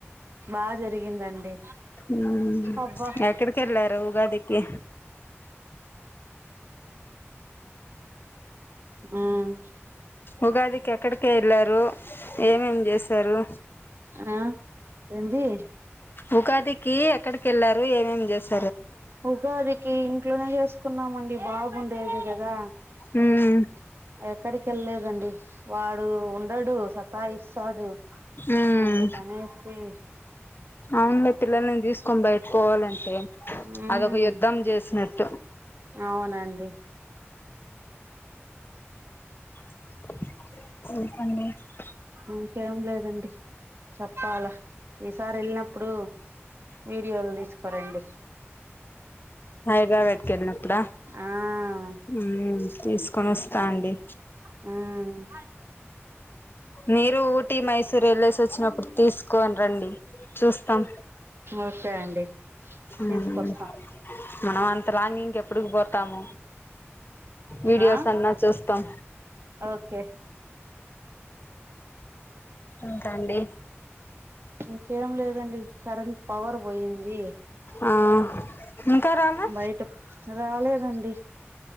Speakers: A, on the right (about 55°); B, on the left (about 50°).
A: బాగా జరిగిందండి
B: మ్మ్
A: అబ్బా
B: ఎక్కడకెళ్ళారు ఉగాదికి
A: ఉమ్
B: ఉగాది కెక్కడికి ఎల్లారు రూ ఏమేం చేసారు
A: ఆ ఏంది
B: ఉగాది కీ ఎక్కడికకెళ్లారు ఏమేం చేస్తారు
A: ఉగాదికి ఇంట్లోనే చేసుకున్నాం మండి బాబుండేదిే కదా
B: ఉమ్
A: ఎక్కడికి వెళ్ళలేదండి వాడు ఉ ఇనడు సతాయిస్ వస్తాడు
B: ఉమ్
A: అందుకనేసి
B: అవునులే పిల్లల్ని తీసుకొని బయటకోవాలంటే
A: ఉమ్
B: అదొక యుద్ధం చేసినట్
A: అవునండి
B: <unintelligible>
A: ఇంకేం లేదండి చెప్పాలా ఈసారి వెళ్ళినప్పుడు వీడియోలు తీసుకోరండి
B: హైదరాబాద్కు ఎల్లినప్పుడ
A: ఆ
B: మ్మ్ తీసుకొని వస్తా అండి
A: మ్మ్
B: మీరు ఊటీ మైసూర్ ఎల్లెస్ వచ్చినప్పుడు తీసుకోని రండి చూస్తాం
A: ఓకే అండి
B: మ్మ్
A: తీసుకొస్తాం
B: మనం అంత లాంగ్ ఇంగెప్ ఎప్పుడుకి పోతాము వీడియోస్
A: ఆ
B: అన్నా చూస్తాం
A: ఓకే
B: ఇంకా అండి
A: ఇంకేం లేదండి కరెంట్ పవర్ పోయింది
B: ఆ ఇంకా రాలే
A: బయట రా